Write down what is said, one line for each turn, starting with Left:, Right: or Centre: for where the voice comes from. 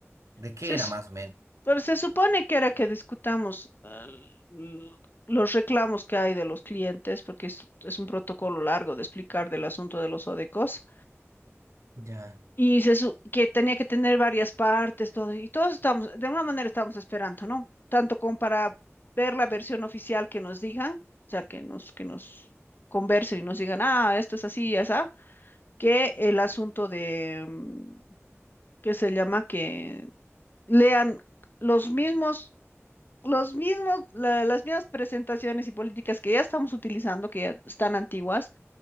Right: ¿De qué
Left: Sí,
Right: era más o menos?
Left: Pero se supone que era que discutamos eh, l- los reclamos que hay de los clientes, porque es, es un protocolo largo de explicar del asunto de los ODECOS,
Right: Ya,
Left: y se su- que tenía que tener varias partes, todo, y todos estamos, de alguna manera estamos esperando, ¿no? Tanto como para ver la versión oficial que nos digan, o sea, que nos, que nos conversen y nos digan, ah, esto es así y así, que el asunto de, mm, ¿qué se llama? Que lean los mismos los mismos, la- las mismas presentaciones y políticas que ya estamos utilizando, que ya están antiguas,